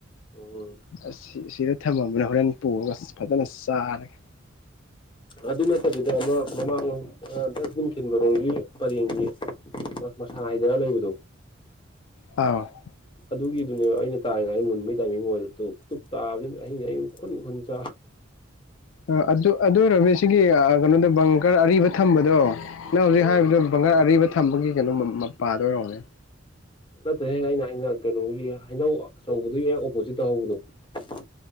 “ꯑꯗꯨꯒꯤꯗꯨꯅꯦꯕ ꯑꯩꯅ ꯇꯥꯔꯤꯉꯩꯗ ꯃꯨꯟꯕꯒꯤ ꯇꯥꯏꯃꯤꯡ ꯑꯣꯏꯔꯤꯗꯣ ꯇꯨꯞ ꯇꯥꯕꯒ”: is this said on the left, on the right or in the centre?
Left